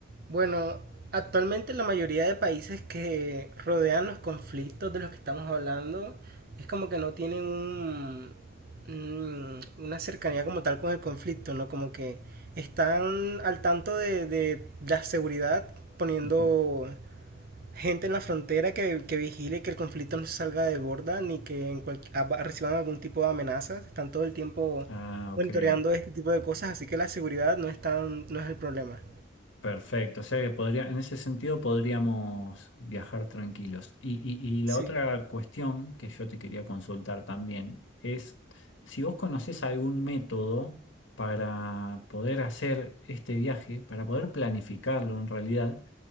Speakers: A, on the right; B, on the left.
A: Bueno, actualmente la mayoría de países que rodean los conflictos de los que estamos hablando es como que no tienen un, un- una cercanía como tal con el conflicto, ¿no? Como que están al tanto de, de la seguridad poniendo
B: Ujú.
A: gente en la frontera que, que vigile que el conflicto no se salga de borda ni que en cual- aba- reciban algún tipo de amenazas. Están todo el tiempo
B: Ah, ok.
A: monitoreando este tipo de cosas, así que la seguridad no es tan- no es el problema.
B: Perfecto, o sea que podría, en ese sentido podríamos viajar tranquilos. Y, y- y la
A: Sí.
B: otra cuestión que yo te quería consultar también es si vos conocés algún método para poder hacer este viaje, para poder planificarlo en realidad